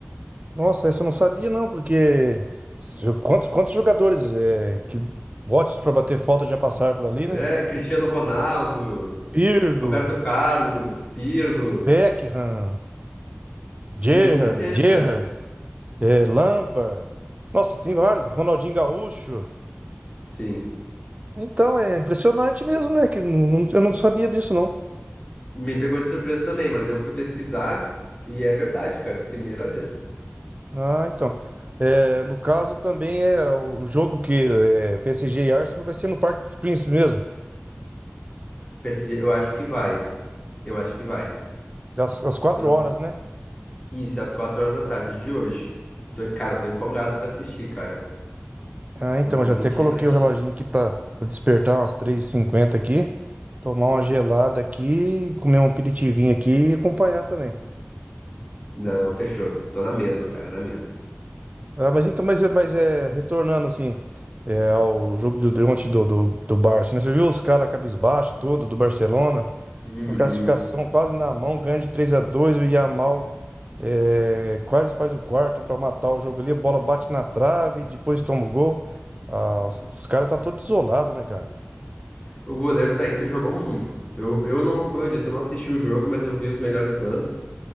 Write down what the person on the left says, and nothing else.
É,
Cristiano Ronaldo,
Roberto Carlos, Pirlo.
E nunca teve,
cara.
Sim.
Me pegou de surpresa também, mas eu fui pesquisar e é verdade, cara. Primeira vez.
PSG, eu acho que vai. Eu acho que vai.
Eu não-
Isso, é às 4 horas da tarde de hoje. Tô- Cara, eu tô empolgado pra assistir, cara.
Não
vou
mentir
pra ti.
Não, fechou. Tô na mesma, cara, na mesma.
Uhum.
O goleiro da Inter jogou muito. Eu, eu não, como eu disse, eu não assisti o jogo, mas eu vi os melhores lances.